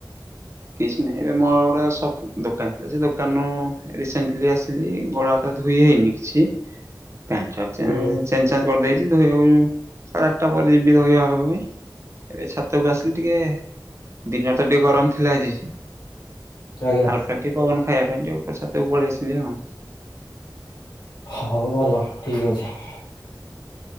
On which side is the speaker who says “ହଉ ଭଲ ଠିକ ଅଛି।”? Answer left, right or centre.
Left